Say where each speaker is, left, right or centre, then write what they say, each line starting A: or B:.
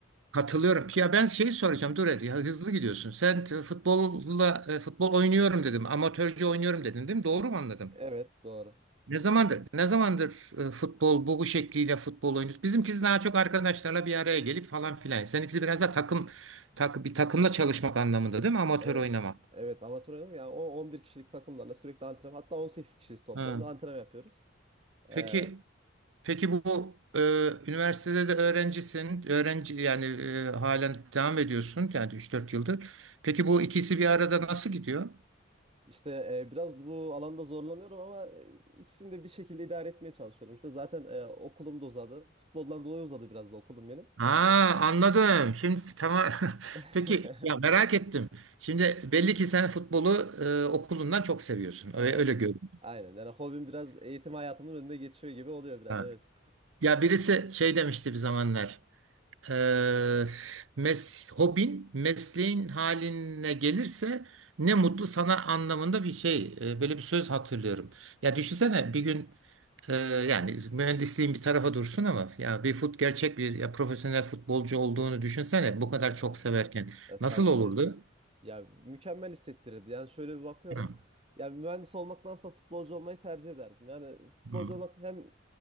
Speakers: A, on the right; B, on the right.
A: Katılıyorum. Ya ben şeyi soracağım. Dur hadi ya hızlı gidiyorsun. Sen t- futbolla e, futbol oynuyorum dedim. Amatörce oynuyorum dedin değil mi? Doğru mu anladım?
B: Evet, doğru.
A: Ne zamandır ne zamandır e, futbol bu, bu şekliyle futbol oynuyorsun? Bizimkisi daha çok arkadaşlarla bir araya gelip falan filan. Seninkisi biraz da takım tak, bir takımla çalışmak anlamında değil mi? Amatör
B: Evet.
A: oynamak.
B: Evet, amatör oynadık. Yani o 11 kişilik takımlarla sürekli antrenman, hatta 18 kişiyiz toplamda
A: Ha.
B: antrenman yapıyoruz. Ee,
A: Peki peki bu e, üniversitede de öğrencisin. Öğrenci yani e, halen devam ediyorsun. Yani üç dört yıldır. Peki bu ikisi bir arada nasıl gidiyor?
B: işte e, biraz bu alanda zorlanıyorum ama e, ikisini de bir şekilde idare etmeye çalışıyorum. İşte zaten e, okulum da uzadı. Futboldan dolayı uzadı biraz da okulum benim.
A: Ha anladım. Şimdi tamam. <laughs>
B: <laughs>
A: Peki ya merak ettim. Şimdi belli ki sen futbolu e, okulundan çok seviyorsun. Öyle,
B: E,
A: öyle görünüyor.
B: aynen yani hobim biraz eğitim hayatımın önünde geçiyor gibi oluyor biraz
A: Ha.
B: evet.
A: Ya birisi şey demişti bir zamanlar. Eee mes, hobin mesleğin haline gelirse ne mutlu sana anlamında bir şey. Eee, böyle bir söz hatırlıyorum. Ya düşünsene bir gün eee, yani mühendisliğin bir tarafa dursun ama ya bir fut gerçek bir ya profesyonel futbolcu olduğunu düşünsene bu kadar
B: Ya
A: çok severken
B: e,
A: nasıl
B: tabii
A: olurdu?
B: ki. Ya mükemmel hissettirirdi. Yani şöyle bir bakıyorum.
A: Hı.
B: Ya mühendis olmaktansa futbolcu olmayı tercih ederdim. Yani futbolcu
A: Hı.
B: olmak hem